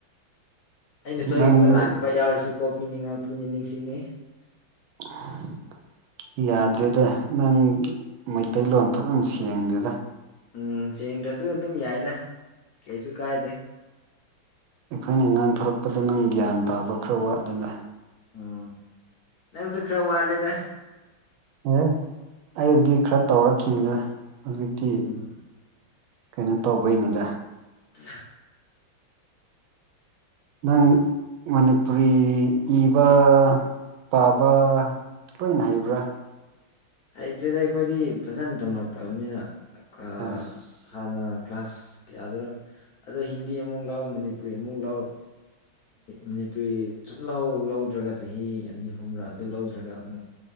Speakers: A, on the left (about 65°); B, on the right (about 80°).
A: ꯑꯩꯅ ꯁꯣꯏꯈꯤꯕ
B: ꯅꯪꯁꯦ
A: ꯂꯥꯟꯈꯤꯕ ꯌꯥꯎꯔꯁꯨ ꯀꯣꯛ ꯄꯤꯅꯤ ꯉꯥꯛꯄꯤꯅꯤ ꯅꯤꯡꯁꯤꯡꯉꯤ
B: <inaudible> ꯌꯥꯗ꯭ꯔꯦꯗ ꯅꯪ ꯃꯩꯇꯩꯂꯣꯟ ꯐꯖꯅ ꯁꯦꯡꯗꯦꯗ
A: ꯎꯝ ꯁꯦꯡꯗ꯭ꯔꯁꯨ ꯑꯗꯨꯝ ꯌꯥꯏꯗ ꯀꯩꯁꯨ ꯀꯥꯏꯗꯦ
B: ꯑꯩꯈꯣꯏꯅ ꯉꯥꯡ ꯊꯣꯔꯛꯄꯗ ꯅꯪ ꯒ꯭ꯌꯥꯟ ꯇꯥꯕ ꯈꯔ ꯋꯥꯠꯂꯦꯗ
A: ꯎꯝ ꯅꯪꯁꯨ ꯈꯔ ꯋꯥꯠꯂꯦꯗ
B: ꯑꯦ ꯑꯩꯕꯨꯗꯤ ꯈꯔ ꯇꯧꯔꯛꯈꯤꯗ ꯍꯧꯖꯤꯛꯇꯤ
A: ꯎꯝ
B: ꯀꯩꯅꯣ ꯇꯧꯕꯩꯅꯤꯗ
A: ꯏ
B: ꯅꯪ
A: ꯎꯝ
B: ꯃꯅꯤꯄꯨꯔꯤ ꯏꯕ ꯄꯥꯕ ꯂꯣꯏꯅ ꯍꯩꯕ꯭ꯔꯥ
A: ꯍꯩꯇ꯭ꯔꯦꯗ ꯑꯩꯈꯣꯏꯗꯤ ꯐꯖꯅ ꯇꯝꯂꯛꯇꯕꯅꯤꯅ ꯑꯥꯥ
B: ꯑꯁ
A: ꯍꯥꯟꯅ ꯀ꯭ꯂꯥꯁ ꯀꯌꯥꯗꯨꯔꯣ ꯑꯗꯣ ꯍꯤꯟꯗꯤ ꯑꯃꯨꯛ ꯂꯥꯎ ꯃꯅꯤꯄꯨꯔꯤ ꯑꯃꯨꯛ ꯂꯥꯛꯑꯣ ꯃꯅꯤꯄꯨꯔꯤ ꯁꯨꯝ ꯂꯧ ꯂꯧꯗ꯭ꯔꯒ ꯆꯍꯤ ꯑꯅꯤ ꯑꯍꯨꯝꯔꯥ ꯑꯗꯨ ꯂꯧꯗ꯭ꯔꯒ ꯑꯃꯨꯛ